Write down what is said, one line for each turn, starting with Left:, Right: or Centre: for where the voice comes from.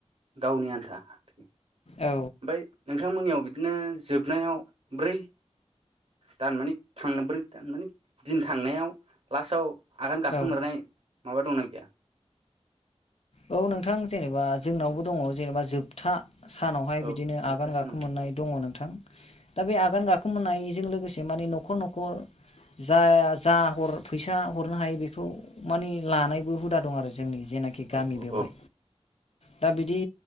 Right: गावनि आन्था <unintelligible>
Left: औ
Right: ओमफाय नोंथांमोननियाव बिदिनो जोबनायाव ब्रै दानमाने थांब्रै दानमाने दिन थांनायाव लास्टाव आगान गाखोमोरनाय
Left: औ
Right: माबा दंना गैया!
Left: औ नोंथां जेनेबा जोंनावबो दङ जेनेबा जोबथा सानावहाय
Right: औ
Left: बिदिनो
Right: जोबथा
Left: आगान
Right: सानाव
Left: गाखोमोननाय दङ नोंथां दा बे आगान गाखोमोननाय जों लोगोसे माने न'खर न'खर जा जा ह फैसा हरनो हायो बेखौ माने लानायबो हुदा दं आरो जोंनि जेनाखि गामि
Right: औ
Left: बेवहाय
Right: औ
Left: दा बिदि